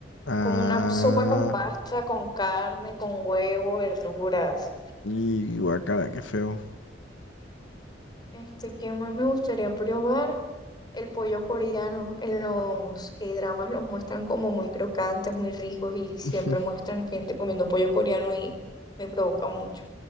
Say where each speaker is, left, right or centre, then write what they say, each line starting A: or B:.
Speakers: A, on the left; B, on the left.
A: Ah,
B: como una sopa con pasta, con carne, con huevo, verduras.
A: y guacala, qué feo.
B: Este, ¿qué más me gustaría probar? El pollo coreano. En los K-dramas los muestran como muy crocantes, muy ricos y siempre
A: <laughs>
B: muestran gente comiendo pollo coreano y me provoca mucho.